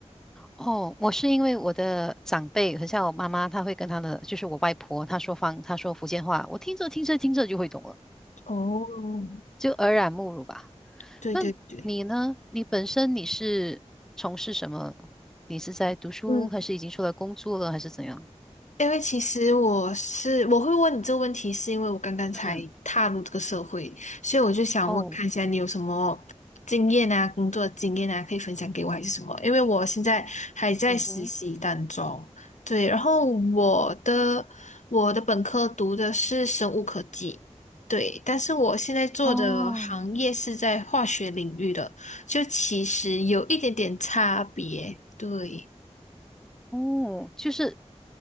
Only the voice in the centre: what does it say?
哦，我是因为我的长辈，很像我妈妈，她会跟她的，就是我外婆，她说方，她说福建话，我听着听着听着就会懂了，
就耳濡目染吧。
那你呢？你本身你是从事什么？你是在读书，
还是已经出来工作了，还是怎样？
嗯，
哦，
嗯哼，
哦，
哦，就是